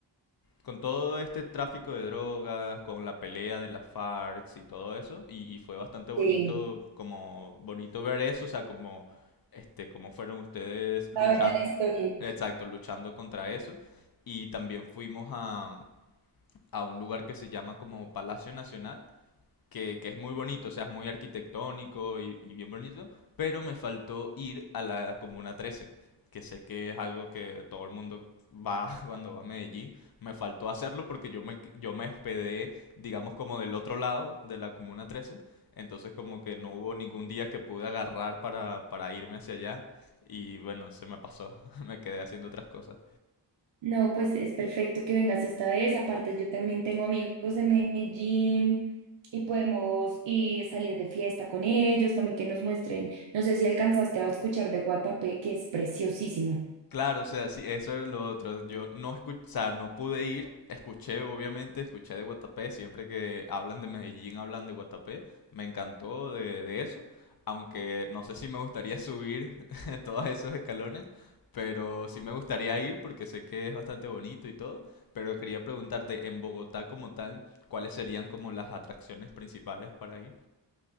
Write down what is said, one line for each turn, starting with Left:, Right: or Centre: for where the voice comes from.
Left: con todo este tráfico de drogas, con la pelea de las FARC y todo eso. Y, y fue bastante bonito,
Right: Sí,
Left: como bonito ver eso, o sea, como este, cómo fueron ustedes luchando,
Right: saber de la historia. sí
Left: exacto, luchando contra eso. Y también fuimos a, a un lugar que se llama como Palacio Nacional, que, que es muy bonito, o sea, es muy arquitectónico y, y bien bonito, pero me faltó ir a la Comuna 13, que sé que es algo que todo el mundo va <laughs> cuando va a Medellín. Me faltó hacerlo porque yo me, yo me hospedé, digamos, como del otro lado de la Comuna 13. Entonces como que no hubo ningún día que pude agarrar para, para irme hacia allá. Y bueno, se me pasó. <laughs> Me quedé haciendo otras cosas.
Right: No, pues es perfecto que vengas esta vez. Aparte, yo también tengo amigos de Medellín y podemos ir salir de fiesta con ellos, también que nos muestren. No sé si alcanzaste a escuchar de Guatapé, que es preciosísimo.
Left: Claro, o sea, sí, eso era lo otro. Yo no escuché, o sea, no pude ir. Escuché, obviamente, escuché de Guatapé. Siempre que hablan de Medellín, hablan de Guatapé. Me encantó de, de eso. Aunque no sé si me gustaría subir <laughs> todos esos escalones. Pero sí me gustaría ir porque sé que es bastante bonito y todo. Pero quería preguntarte, en Bogotá como tal, ¿cuáles serían como las atracciones principales para ir?